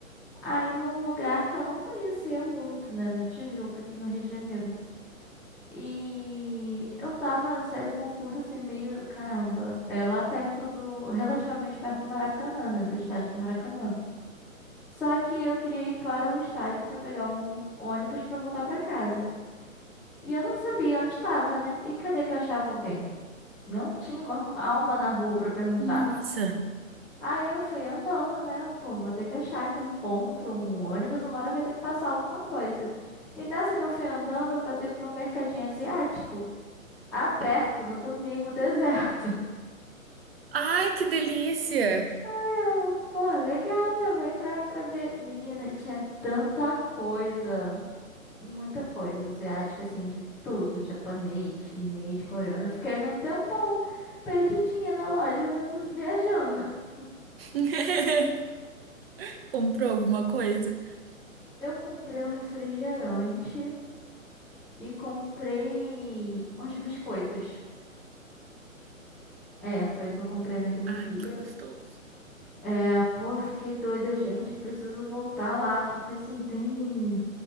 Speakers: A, in the centre; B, on the right.
A: Aí num lugar que eu não conhecia muito, né? Na Tijuca, aqui no Rio de Janeiro. E eu tava, saí do concurso assim, meio, caramba, é lá perto do, relativamente perto do Maracanã, né? Do estádio do Maracanã. Só que eu queria ir para o estádio para pegar um ônibus para voltar para casa. E eu não sabia onde estava, né? E cadê que eu achava alguém? Não tinha uma alma na rua para perguntar.
B: Nossa.
A: Aí eu fui andando, né? Pô, vou ter que achar aqui um ponto, um ônibus, uma hora vai ter que passar alguma coisa. E nessa que eu fui andando, eu passei por um mercadinho asiático, aberto no domingo, <laughs> deserto.
B: Ai, que delícia!
A: Eu, pô, legal, né? Vou entrar pra ver. Menina, tinha tanta coisa. muita coisa asiática, assim, de tudo, japonês, chinês, coreano. Eu fiquei ali um tempão, perdidinha na loja, olhando, viajando. <laughs>
B: <laughs> Comprou alguma coisa?
A: Eu comprei um refrigerante e comprei uns biscoitos. É, foi o que eu comprei naquele
B: Ai,
A: dia.
B: que gostoso.
A: É, pô, fiquei doida, gente. Eu preciso voltar lá, porque assim, tem